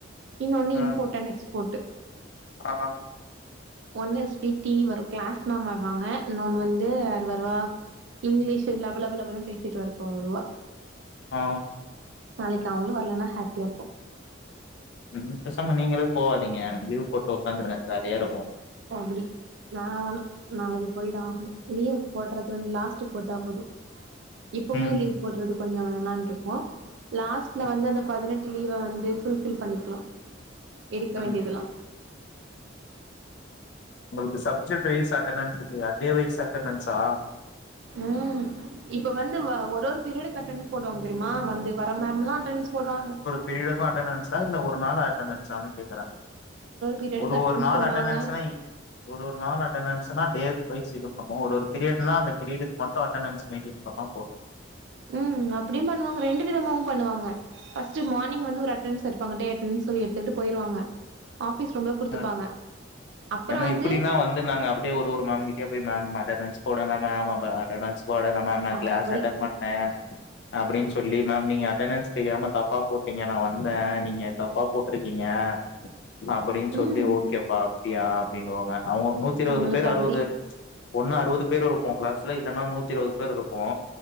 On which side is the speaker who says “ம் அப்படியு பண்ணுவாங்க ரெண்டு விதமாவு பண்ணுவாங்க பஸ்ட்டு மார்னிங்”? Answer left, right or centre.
Right